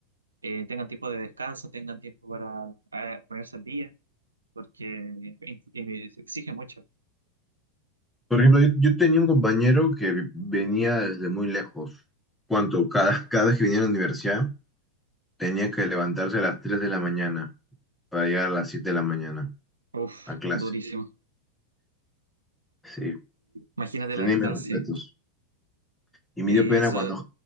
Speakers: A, on the right; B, in the centre.
A: eh, tengan tiempo de descanso, tengan tiempo para eh, ponerse al día porque eh, eh, se exige mucho.
B: Por ejemplo, yo, yo tenía un compañero que vi- venía desde muy lejos. Cuanto cada, <laughs> cada vez que venía a la universidad, tenía que levantarse a las 3 de la mañana para llegar a las 7 de la mañana
A: Uf,
B: a clase.
A: durísimo.
B: Sí,
A: Imagínate
B: tenía
A: la distancia.
B: mis Mm. respetos. Y me
A: Y
B: dio pena
A: eso,
B: cuando,